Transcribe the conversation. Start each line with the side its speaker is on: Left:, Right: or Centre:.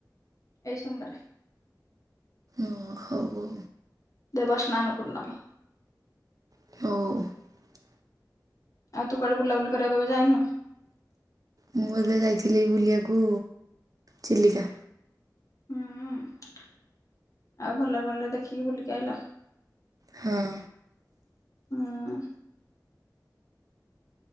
Left: ଏଇ ସୋମ୍ ବାରେ।
Right: ଓ ହଉ ଆଉ।
Left: ଦେବସ୍ନାନ ପୂର୍ଣ୍ଣମୀ।
Right: ହଉ।
Left: ଆଉ ତୁ କୁଆଡେ ବୁଲାବୁଲି କରିବାକୁ ଏବେ ଯାଇନୁ
Right: ମୁଁ ଏବେ ଯାଇଥିଲି ବୁଲିବାକୁ ଚିଲିକା
Left: ହୁଁ ଆଉ ଭଲରେ ଭଲରେ ଦେଖିକି ବୁଲିକି ଆଇିଲ
Right: ହଁ।
Left: ହଁ।